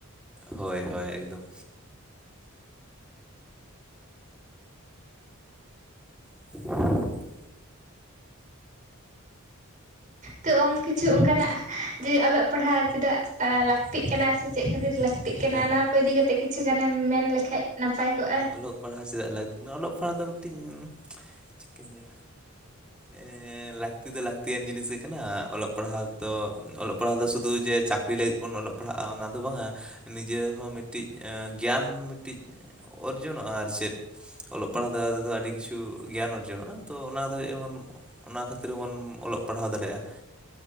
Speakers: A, in the centre; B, on the right (about 35°).
A: ᱦᱳᱭ ᱦᱳᱭ ᱮᱠᱫᱚᱢ᱾ <inaudible>
B: ᱛᱚ ᱚᱢ ᱠᱤᱪᱷᱩ ᱚᱱᱠᱟᱱᱟᱜᱼᱼ ᱡᱮ ᱚᱞᱚᱜ ᱯᱟᱲᱦᱟᱣ ᱪᱮᱫᱟᱜ ᱞᱟᱹᱠᱛᱤᱜ ᱠᱟᱱᱟ ᱥᱮ ᱪᱮᱫ ᱠᱷᱟᱹᱛᱤᱨ ᱞᱟᱹᱠᱛᱤᱜ ᱠᱟᱱᱟ
A: ᱦᱮᱸ
B: ᱚᱱᱟ ᱠᱚ ᱤᱫᱤ ᱠᱟᱛᱮ ᱠᱤᱪᱷᱩ ᱜᱟᱱᱮᱢ ᱢᱮᱱ ᱞᱮᱠᱷᱟᱡ ᱱᱟᱯᱟᱭ ᱠᱚᱜᱼᱟ
A: ᱚᱞᱚᱜ ᱯᱟᱲᱦᱟᱣ ᱪᱮᱫᱟᱜ ᱞᱟᱹᱠᱛᱤ ᱚᱞᱚᱜ ᱯᱟᱲᱦᱟᱜ ᱫᱚ ᱢᱤᱫᱴᱤᱱ ᱪᱤᱠᱟᱹᱧ ᱞᱟᱭᱟᱹ ᱮᱸᱻᱞᱟᱹᱠᱛᱤ ᱫᱚ ᱞᱟᱹᱠᱛᱤᱭᱟᱱ ᱡᱤᱱᱤᱥ ᱜᱮ ᱮ ᱠᱟᱱᱟ ᱚᱞᱚᱜ ᱯᱟᱲᱦᱟᱜ ᱫᱚ ᱚᱞᱚᱜ ᱯᱟᱲᱦᱟᱜ ᱫᱚ ᱥᱩᱫᱩ ᱡᱮ ᱪᱟᱹᱠᱨᱤ ᱞᱟᱜᱤᱫ ᱵᱚᱱ ᱚᱞᱚᱜ ᱯᱟᱲᱦᱟᱜᱼᱟ ᱚᱱᱟ ᱫᱚ ᱵᱟᱝᱟ, ᱱᱤᱡᱮ ᱦᱚᱸ ᱢᱤᱫᱴᱤᱡ ᱜᱮᱭᱟᱱ ᱢᱤᱫᱴᱤᱡ ᱚᱨᱡᱚᱱᱚᱜᱼᱟ ᱟᱨ ᱪᱮᱫ᱾ ᱚᱞᱚᱜ ᱯᱟᱲᱦᱟᱜ ᱫᱟᱨᱟᱭ ᱛᱮᱫᱚ ᱟᱹᱰᱤ ᱠᱤᱪᱷᱩ ᱜᱮᱭᱟᱱ ᱚᱨᱡᱚᱱᱚᱜᱼᱟ ᱛᱚ ᱚᱱᱟ ᱫᱚ ᱡᱮᱢᱚᱱ ᱚᱱᱟ ᱠᱷᱟᱹᱛᱤᱨ ᱵᱚᱱ ᱚᱞᱚᱜ ᱯᱟᱲᱦᱟᱣ ᱫᱟᱲᱮᱭᱟᱜᱼᱟ᱾